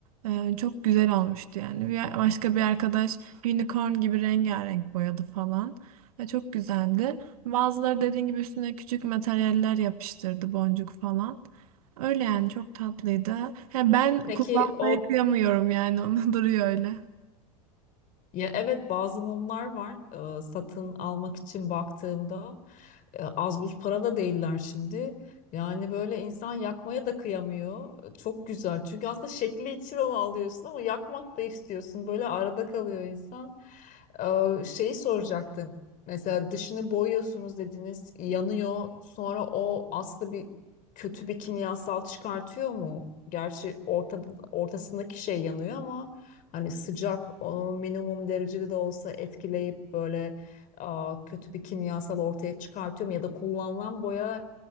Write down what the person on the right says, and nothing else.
Ee, çok güzel olmuştu yani. Bir, başka bir arkadaş unicorn gibi rengarenk boyadı falan. Ve çok güzeldi. Bazıları dediğin gibi üstüne küçük materyaller yapıştırdı boncuk falan. Öyle yani çok tatlıydı. Ha, ben
kullanmaya
kıyamıyorum yani onu <laughs> duruyor öyle.